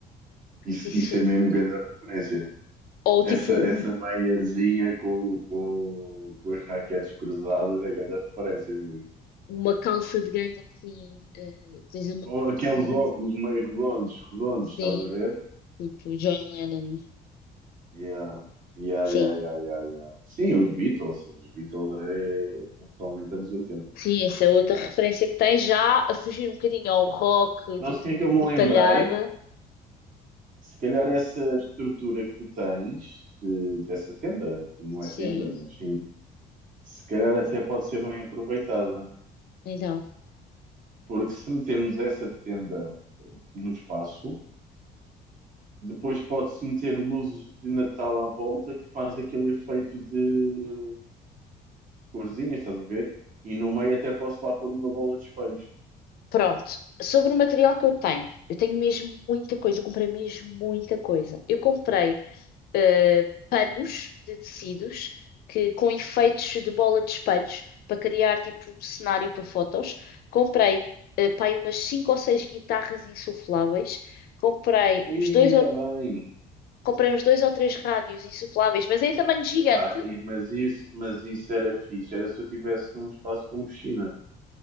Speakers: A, on the right; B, on the left.
A: isso,
B: Isso,
A: isso é mesmo grande referência.
B: ou
A: Essa,
B: tipo um-
A: essa meiazinha com, com, com as raquetes cruzadas é grande referência mesmo.
B: uma calça de ganga assim, eh, seja ma-
A: Ou aqueles
B: mais
A: óculos
B: isso.
A: meio redondos, redondos,
B: Sim,
A: estás a ver?
B: tipo John Lennon.
A: Yeah. Yeah,
B: Sim.
A: yeah,
B: Ok.
A: yeah, yeah, yeah. Sim, os Beatles, os Beatles é, é totalmente anos 80.
B: Sim, essa é outra referência que tem já a fugir um bocadinho ao rock,
A: Não
B: tipo
A: sei o que é que
B: metalhada.
A: eu me lembrei, Se calhar essa estrutura que tu tens de- dessa tenda, que não
B: Sim,
A: é tenda, mas sim, se calhar até pode ser bem aproveitada,
B: então,
A: porque se metermos essa tenda no espaço, depois pode-se meter luzes de Natal à volta que faz aquele efeito de, de corzinhas, estás a ver? E no meio até posso lá pôr uma bola de espelhos.
B: pronto. Sobre o material que eu tenho, eu tenho mesmo muita coisa, eu comprei mesmo muita coisa. Eu comprei eh, panos de tecidos que com efeitos de bola de espelhos para criar tipo um cenário para fotos. Comprei eh, pá, aí umas cinco ou seis guitarras insufláveis. Comprei
A: E
B: uns dois ou
A: é bem.
B: comprei uns dois ou três rádios insufláveis, mas é em tamanho gigante.
A: Epá, e- mas isso, mas isso era fixe, era se eu tivesse num espaço com piscina.